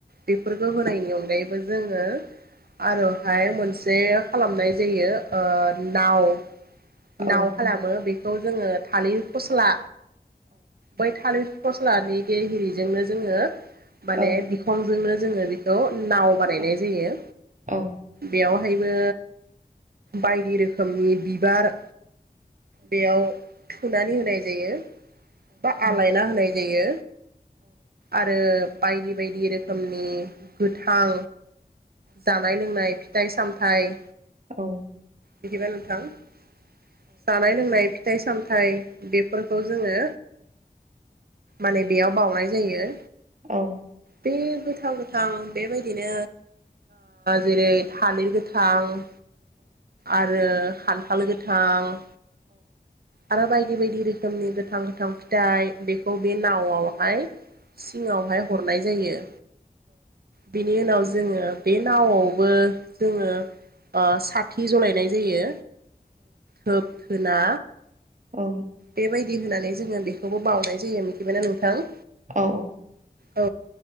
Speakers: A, on the right; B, on the right.
A: बेफोरखौ होनायनि अनगायैबो जोङो आरोहाय मोनसे खालामनाय जायो ओ नाव।
B: औ
A: नाव खालामो बेखौ जोङो थालिर फस्ला बै थालिर फस्लानि गेहजोंनो जोङो
B: औ
A: माने
B: औ
A: बिखंजोंनो जोङो बेखौ नाव
B: औ
A: बानायनाय जायो।
B: औ
A: बेयाव हायबो बायदि रोखोमनि बिबार बेयाव थुनानै होनाय जायो बा आलायना होनाय जायो। आरो बायदि- बायदि रोखोमनि गोथां जानाय- लोंनाय फिथाइ सामथायाइ
B: औ।
A: बिदिबा नोंथां जानाय- लोंनाय, फिथाइ- सामथायाइ बेफोरखौ जोङो माने बेयाव बउनाय जायो।
B: औ।
A: बे गोथां- गोथां बेबायदिनो जेरै- थालिर गोथां आरो खान्थाल गोथां आरो बायदि बायदि रोखोमनि गोथां गोथां फिथाइ बे बे नावहाय सिङावहाय हरनाय जायो। बेनि उनाव जोङो बे नावआवबो जोङो सा थि जलायनाय जायो। धोब धुना
B: औ।
A: बेबायदि होनानै जोङो बेखौबो बावनाय जायो मिथिबायना नोंथां।
B: औ औ।
A: औ